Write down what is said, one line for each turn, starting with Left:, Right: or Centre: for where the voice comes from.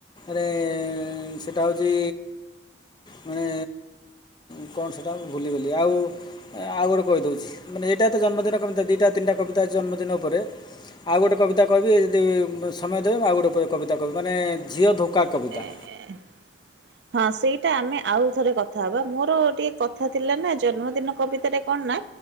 Left: ରେ ଏଁ ସେଇଟା ହଉଛି ମାନେ ଉ କଣ ସେଇଟା ଭୁଲି ଗଲି ଆଉ ଆଉ ଗୋଟେ କହି ଦଉଛି ମାନେ ଏଇଟା ତ ଜନ୍ମଦିନ କବିତା ଦିଟା ତିନିଟା କବି ତା ଜନ୍ମଦିନ ଉପରେ ଆଉ ଗୋଟେ କବିତା କହିବି ଯଦି ଉ ସମୟ ଦେବେ ମୁଁ ଆଉ ଗୋଟେ ପ କବିତା କହିବି ମାନେ ଝିଅ ଧୋକା କବିତା।
Right: ନାଇଁ ଏ ହଁ ସେଇଟା ଆମେ ଆଉ ଥରେ କଥା ହବା ମୋର ଟିକେ କଥା ଥିଲା ନା ଜନ୍ମଦିନ କବିତା ରେ କଣ ନା